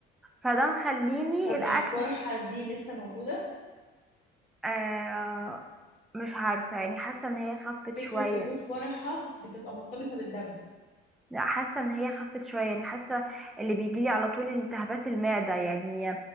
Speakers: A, in the centre; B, on the left.
A: فده مخليني
B: طب
A: الاكل
B: القرحة دي لسه موجودة
A: آه مش عارفه يعني حاسه ان هي خفت
B: فكرة
A: شويه
B: وجود قرحة بتبقى مرتبطة بالدم
A: لا حاسه ان هي خفت شويه يعني حاسه اللي بيجي لي على طول التهابات المعده يعني